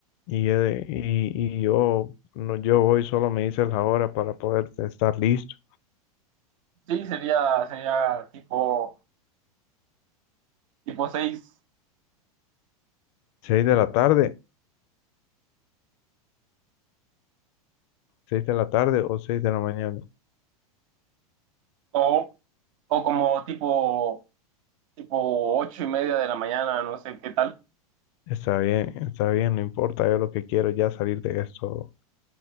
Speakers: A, on the left; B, on the right.
A: y, eh, y, y yo, no, yo hoy solo me dices la hora para poder estar listo.
B: Sí, sería, sería tipo, tipo seis
A: Seis de la tarde, seis de la tarde o seis de la mañana.
B: o, o como tipo, tipo ocho y media de la mañana, no sé qué tal.
A: Está bien, está bien, no importa, yo lo que quiero es ya salir de esto,